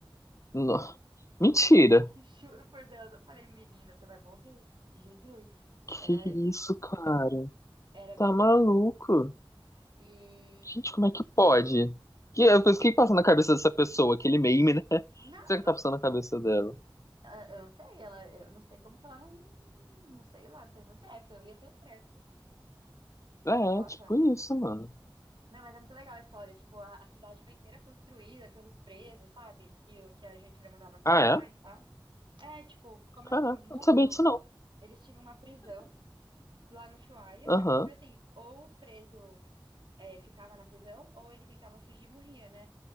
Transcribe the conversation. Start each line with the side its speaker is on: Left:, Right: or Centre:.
Left: No- Mentira.
Right: <laughs> juro por Deus, eu falei, menina, você vai morrer. Jesus.
Left: Que
Right: Era,
Left: isso, cara?
Right: era
Left: Tá
Right: bizarro.
Left: maluco?
Right: E
Left: Gente, como é que pode? Que,
Right: eu
Left: eu
Right: não,
Left: penso, o que que passa na cabeça dessa pessoa? Aquele meme, né? <laughs> O
Right: não,
Left: que Será
Right: eu
Left: que
Right: não,
Left: tá passando na cabeça dela?
Right: ah, eu não sei, ela, eu não sei como que ela não, não sei lá, teve um treco, eu ia ter um treco.
Left: É,
Right: Nossa,
Left: tipo isso, mano.
Right: Meu, mas é muito legal a história. Tipo, a, a cidade foi inteira construída pelos presos, sabe? Que, o- que a gente mandava pra
Left: Ah,
Right: lá
Left: é?
Right: e tal. É, tipo, como
Left: Caraca,
Right: é no fim do mundo,
Left: eu não sabia disso não.
Right: eles tinham uma prisão lá no Ushuaia,
Left: Aham.
Right: porque, tipo assim, ou o preso é, ficava na prisão, ou ele tentava fugir e morria, né?